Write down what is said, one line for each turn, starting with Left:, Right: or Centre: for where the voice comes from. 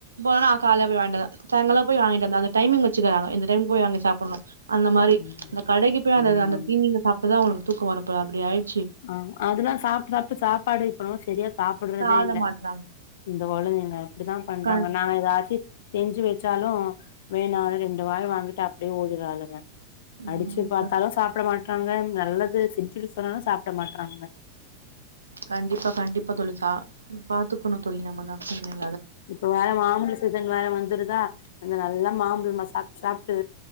Right: போனா காலே போய் வாங்கிட்டதா சாங்கல போய் வாங்கிட்டு வந்தா அந்த டைமிங் வச்சுக்கிறாங்க இந்த டைம் போய் வாங்கி சாப்புணும் அந்த மாரி
Left: ம்
Right: அந்த கடைக்கு போய் அந்த
Left: ஆமா
Right: அந்த அந்த
Left: ஆமா
Right: தீனீங்க சாப்டுதா அவ்ங்களு தூக்கம் வரும் இப்ப அப்டி ஆய்
Left: ஆஹ் அதுலா சாப்ட்டு சாப்ட்டு சாப் பாடு இப்பல்லா செரியா சாப்டுறதே
Right: சாப்ட
Left: இல்ல
Right: மாட்றாங்க
Left: இந்த கொழந்தைக இப்டித்தான் பண்றாங்க
Right: க
Left: நாங்க ஏதாச்சு செஞ்சு வச்சாலு வேணு அது ரெண்டு வாய வாங்கிட்டு அப்டியே ஓடுறளுங்க
Right: ம்
Left: அடிச்சு பாத்தாலும்
Right: க
Left: சாப்ட மாட்றாங்க நல்லது து சிரிச்சுட்டு சொன்னாலு சாப் புட மாட்றாங்க
Right: கண்டிப்பா கண்டிப்பா தோழி சா <inaudible> துக்குணு தோழி நம்ம தா கொழந்தைய
Left: இப்ப வேற மாம்பழ சீசன் வேற வந்துருதா அந்த நல்லா மாம்பழமா சாப் சாப் டு